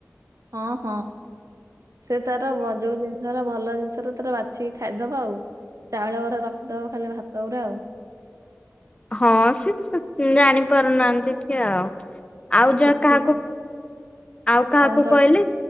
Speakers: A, on the right; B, on the left.
A: ହଁ ହଁ ସେ ତାର ବ ଯୋଉ ଜିନିଷ୍ ର ଭଲ ଜିନିଷରା ତାର ବାଛିକି ଖାଇଦବ ଆଉ ଚାଉଳ ଗୁଡା ରଖିଦବ ଖାଲି ଭାତ ଗୁଡା ଆଉ।
B: ହଁ ସେ ଜାଣିପାରୁନାହାନ୍ତି ଟିକେ ଆଉ ଆଉ
A: ସେ
B: ଯାହା
A: ଚିକି
B: କାହାକୁ ଆଉ କାହାକୁ
A: କଣ କହିଲି
B: କଇଲେ